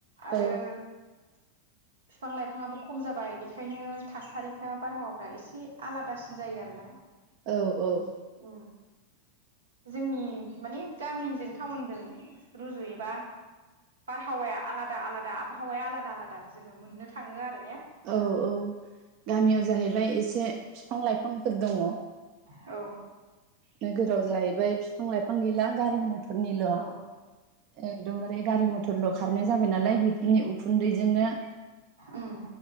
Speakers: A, on the right; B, on the right.
A: आरो
B: औ
A: बिफां लाइफाङाबो खम जाबाय बेखायनो थासारिफ्रा बारहावाफ्रा एसे आलादासिन जायो आरो ना।
B: औ औ
A: अ जोंनि माने गामिजों टाउनजों रुजुयोबा बारहावाया आलादा आलादा आबहावाया आलादा आलादा जोङो मोननो थाङो आरो ने
B: औ औ गामियाव जाहैबाय एसे बिफां लाइफांफोर दङ।
A: औ
B: नोगोराव जाहैबाय बिफां लाइफां गैला गारि मथरनिल'
A: औ
B: एकदमबारे गारि मथरल' खारनाय जाबाय नालाय बेफोरनि उखुन्दैजोंनो
A: उम